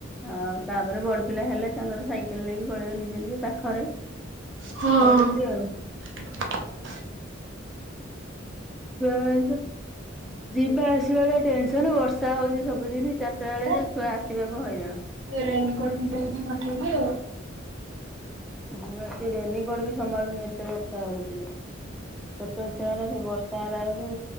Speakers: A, in the centre; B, on the right (about 65°).
A: ଆଉ ତାପରେ ବଡ଼ ପିଲା ହେଲେ ତାଙ୍କର ସାଇକେଲ୍ ନେଇକି ପଳେଇବେ ନିଜେ ନିଜେ ପାଖରେ।
B: ହଁ
A: ଏମିତି ଆଉ।
B: <unintelligible>
A: <unintelligible> ଯିବା ଆସିବା ଟା ଟେନସନ, ବର୍ଷା ହଉଛି ସବୁଦିନ ଚାରିଟା ବେଳେ
B: ପରା।
A: ଯେ ଛୁଆ ଆସିବାକୁ ହଇରାଣ।
B: ରେନିକୋଟ ପିନ୍ଧେଇ କି ପଠେଇଲେ
A: ମୁଁ ଏ ରେନିକୋଟ ବି ସମ୍ଭାଳୁନ ଏତେ ବର୍ଷା ହଉଛି ଯେ ଛୋଟ ଛୁଆ ଏରା ସେ ବର୍ଷା ହେଲା ବେଳକୁ